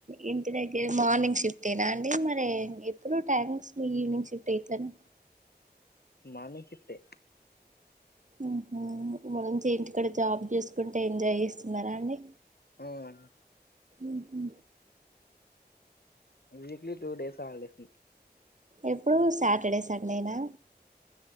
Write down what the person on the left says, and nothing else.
మనే చెట్టే
ఔ అన్
వీక్లీ టూ డేస్ హాలిడేస్